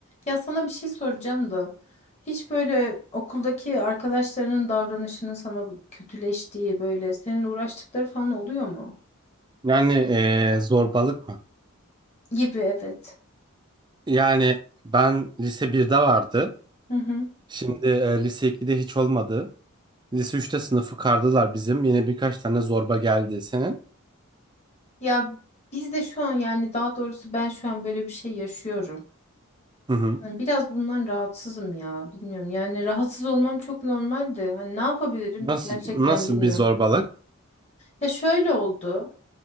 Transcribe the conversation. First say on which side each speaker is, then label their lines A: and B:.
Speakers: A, on the left; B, on the right.
A: Ya sana bir şey soracağım da hiç böyle okuldaki arkadaşlarının davranışının sana kötüleştiği böyle seninle uğraştıkları falan oluyor mu?
B: Yani eee, zorbalık mı?
A: Gibi evet.
B: Yani ben lise birde vardı.
A: Hı hı.
B: Şimdi eee, lise 2'de hiç olmadı. Lise üçte sınıfı kardılar bizim. Yine birkaç tane zorba geldi senin.
A: Ya biz de şu an yani daha doğrusu ben şu an böyle bir şey yaşıyorum.
B: Hı hı.
A: Yani biraz bundan rahatsızım ya bilmiyorum. Yani rahatsız olmam çok normal de. Hani ne yapabilirim
B: Nasıl
A: gerçekten
B: nasıl
A: bilmiyorum.
B: bir zorbalık?
A: Ya şöyle oldu.